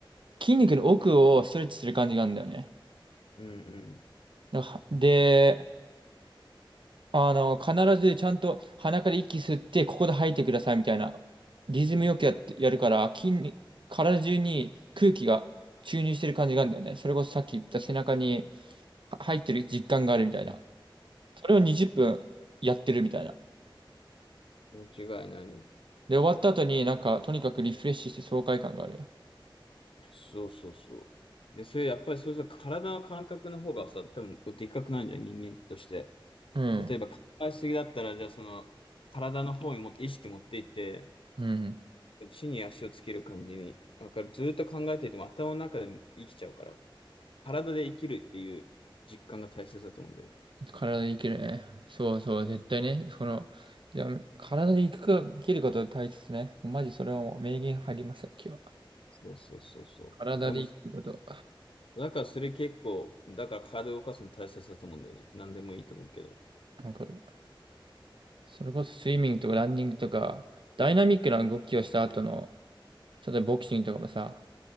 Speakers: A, on the right; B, on the left.
A: 筋肉の奥をストレッチする感じがあるんだよね。
B: うん
A: だからで、あの、必ずちゃんと鼻から息吸って、ここで吐いてくださいみたいな、リズムよくやって、やるから、筋肉、体中に空気が注入してる感じがあるんだよね。それこそさっき言った背中には入ってる実感があるみたいな。それを20分やってるみたいな。
B: うん。間違いないね。
A: で、終わった後になんか、とにかくリフレッシュして爽快感がある。
B: そうそうそう。で、それやっぱりそうそう体の感覚の方がさ、多分こうでっかくなるじゃん、人間として。
A: うん。
B: 例えば考えすぎだったら、じゃあその体の方にもっと意識持っていって、
A: うん。
B: 地に足をつける感じに、わかる。ずっと考えていても頭の中でも生きちゃうから、体で生きるっていう実感が大切だと思うんだよね。
A: 体でいけるね。そうそう、絶対ね。その、いや、体でいくか、生きることが大切ね。もうマジそれはもう名言入りました、今日は。
B: そうそうそうそう。
A: 体で生きること。
B: でも、だからそれ結構、だから体を動かすの大切だと思うんだよね。何でもいいと思うけど。
A: わかる。それこそスイミングとかランニングとか、ダイナミックな動きをした後の、例えばボクシングとかもさ、